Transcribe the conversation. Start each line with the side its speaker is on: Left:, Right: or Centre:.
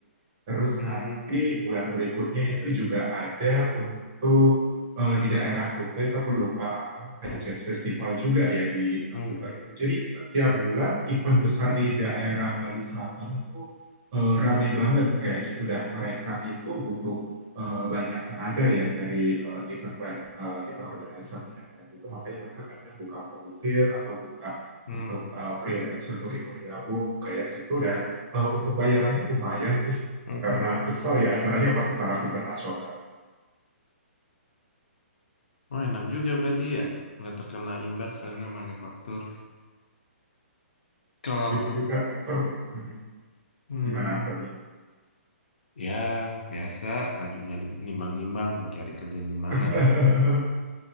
Right: terus
Left: hmm,
Right: nanti bulan berikutnya itu juga ada untuk eh, di daerah Kuta itu aku lupa apa
Left: hmm,
Right: Jazz Festival juga ya di
Left: hmm,
Right: Kuta itu. Jadi tiap bulan event besar di daerah Bali Selatan itu eh, ramai banget kayak gitu dah. Mereka itu butuh eh, banyak tenaga ya dari eh, event plan eh, event organizer-nya kayak gitu. Makanya mereka kadang buka volunteer atau buka
Left: hmm,
Right: untuk eh, freelance untuk ikut gabung kayak gitu dan eh, untuk bayarannya lumayan sih
Left: hmm.
Right: karena besar ya acaranya pasti taraf internasional
Left: Oh, enak juga berarti ya, nggak terkena imbas sana manufaktur. Kalau
Right: Gitu juga ter Mhm.
Left: hmm,
Right: gimana Roni?
Left: ya biasa lagi nyari nimbang-nimbang mau cari kerjaan di mana
Right: <laughs>